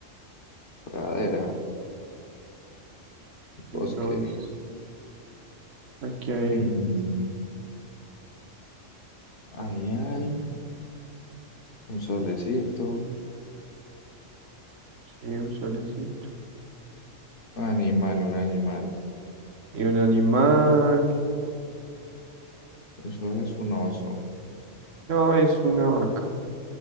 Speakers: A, on the left; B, on the right.
A: pradera, bosque.
B: Entonces, aquí hay
A: Mm, ahí hay un solecito.
B: eh, un solecito
A: Animal, un animal.
B: y un animal.
A: Eso es un oso.
B: No, es una vaca.